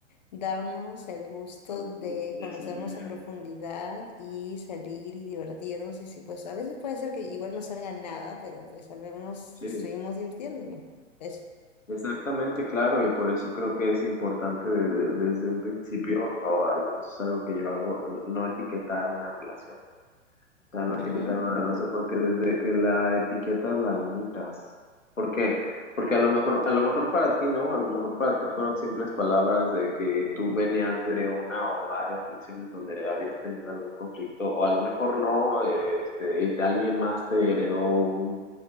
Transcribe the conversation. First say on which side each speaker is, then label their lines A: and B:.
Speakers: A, on the left; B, on the left.
A: darnos el gusto de
B: de- desarrollar.
A: conocernos a profundidad y salir y divertirnos. Y si pues a veces puede ser que igual no salga nada, pero pues al menos
B: Sí,
A: estuvimos divirtiéndonos. Eso.
B: exactamente, claro, y por eso creo que es importante de- de- desde un principio, o al menos es algo que yo hago, no etiquetar una relación. O sea, no etiquetar
A: Ujú.
B: una relación porque desde que la etiquetas la limitas. ¿Por qué? Porque a lo mejor, a lo mejor para ti no, a lo mejor para ti fueron simples palabras de que tú venías de una o de varias relaciones donde habías tenido algún conflicto, o a lo mejor no, eh, este, y te- alguien más te heredó un